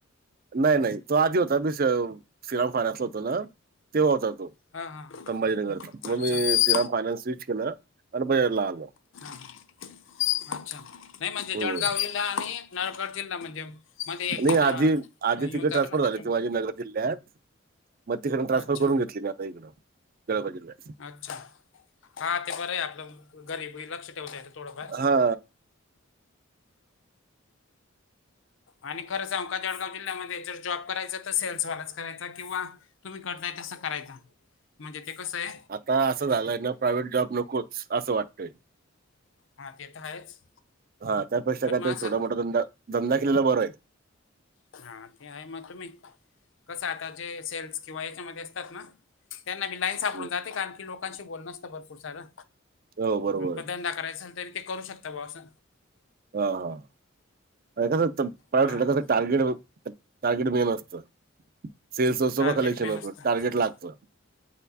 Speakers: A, on the right; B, on the left.
A: नाही नाही तो आधी होता मी श्रीराम फाण्यातला होतो ना तेव्हा होता तो.
B: हां हां
A: संभाजीनगरचा मग
B: अच्छा
A: मी
B: हां
A: श्रीराम पाल्यान स्विच केेलं आणि बजरला आलो.
B: हां. अच्छा नाही म्हणजे
A: हम्म
B: जळगाव जिल्हा आणि नरगड जिल्हा म्हणजे मध्ये एक
A: नाही
B: जिल्हा
A: आधी, आधी
B: अं, येऊन
A: तिकडे
B: जातो
A: ट्रान्सफर
B: ना
A: झाली
B: त्याच्यामुळे
A: हाती माझी नगर जिल्ह्यात. मग तिकडनं ट्रान्सफर
B: अच्छा
A: करून घेतली मी आता इकडं, जळगाव जिल्ह्यात.
B: अच्छा, हा ते बरं आहे आपलं, घरीबी लक्ष ठेवता येतं थोडंफार.
A: हा
B: आणि खरं सांगू का, जळगाव जिल्ह्यामध्ये जर जॉब करायचा तर सेल्सवालाच करायचा, किंवा तुम्ही करताय तसं करायचा, म्हणजे ते कसंय
A: आता असं झालंय ना प्रायव्हेट जॉब नकोच, असं वाटतंय.
B: हा ते तर आहेच
A: हा, त्यापेक्षा
B: पण
A: काहीतर
B: मग असं
A: छोटा मोठां धंदा, धंदा केलेला बरं आहे.
B: हा ते आहे मग तुम्ही, कसंय आता जे सेल्स किंवा याच्यामध्ये असतात ना त्यांना बी लाईन
A: आहे
B: सापडून जाते कारण की लोकांशी बोलनं आसतं भरपूर सारं.
A: हो बरोबर
B: अं
A: आहे
B: धंदा करायचा झाला तरी ते करू शकता ब्वा असं.
A: हा, म्हणजे कसं असतं, प्रायव्हेट
B: हां
A: धंदा कसं टार्गेट टार्गेट मेन असतं, सेल्स असो
B: टार्गेट
A: वा कलेक्शन
B: मेन
A: असो
B: असतं
A: टार्गेट लागतं.